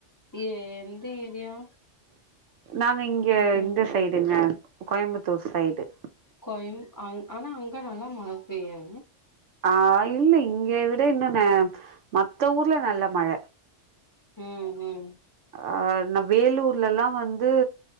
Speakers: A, on the left; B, on the right.
A: ஏ எந்த ஏரியா
B: நாங்க இங்க
A: ஏரியா
B: இந்த சைடுங்க கோயம்முத்தூர் சைடு
A: கொன் அங் ஆனா அங்க நல்லா மழ பெய்யு
B: ஆ இல்ல இங்க விட இன்னு ந மத்த ஊர்ல நல்ல மழ
A: ம் ம்
B: ஆ ந வேலூர்லெல்லா வந்து